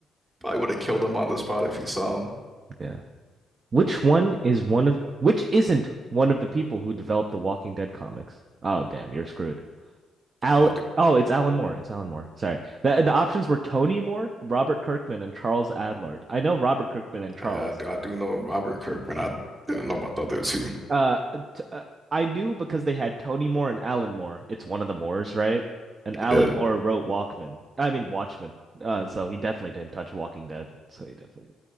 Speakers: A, on the right; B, on the right.
A: Probably would have killed him on the spot if he saw him.
B: <laughs> Yeah. Which one is one of which isn't one of the people who developed the Walking Dead comics? Oh, damn, you're screwed. Al
A: I do.
B: Oh, it's Alan Moore. It's Alan Moore. Sorry. The the options were Tony Moore, Robert Kirkman, and Charles Adlard. I know Robert Kirkman and Charles.
A: Yeah, I, do- I do know Robert Kirkman. I didn't know about the other two.
B: Uh, t uh, I knew because they had Tony Moore and Alan Moore. It's one of the Moores, right? And Alan
A: Yeah,
B: Moore wrote Walkman. I mean Watchmen. Uh, so he definitely didn't touch Walking Dead. So he definitely